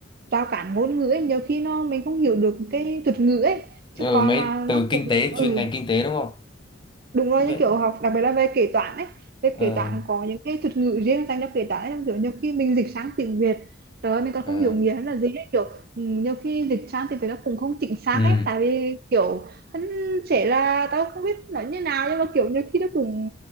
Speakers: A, on the right (about 50°); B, on the left (about 25°).
A: rào cản ngôn ngữ ấy nhiều khi nó mình không hiểu được cái thuật ngữ ấy chứ
B: Ờ,
A: còn
B: mấy
A: mà nó
B: từ
A: cũng
B: kinh tế
A: ừ
B: chuyên ngành kinh tế đúng không?
A: đúng rồi
B: Bên,
A: những kiểu học đặc biệt là về kế toán ấy về
B: ờ,
A: kế toán có những cái thuật ngữ riêng dành cho kế toán ấy kiểu nhiều khi mình dịch sang tiếng Việt trời ơi, mình còn
B: ờ.
A: không hiểu nghĩa là gì ấy. kiểu ừ, nhiều khi dịch sang tiếng Việt nó cũng không chính xác
B: ừ.
A: ấy tại vì kiểu hắn sẽ là tao không biết nói như nào nhưng mà kiểu nhiều khi nó cũng